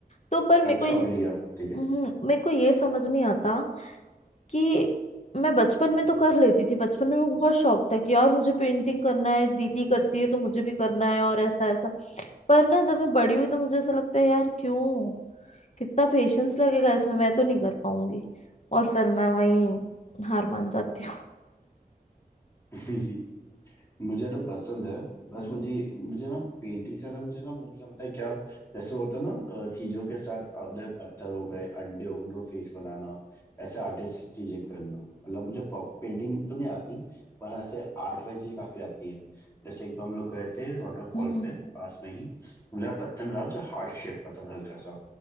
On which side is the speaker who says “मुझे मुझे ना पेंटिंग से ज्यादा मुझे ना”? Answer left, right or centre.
Left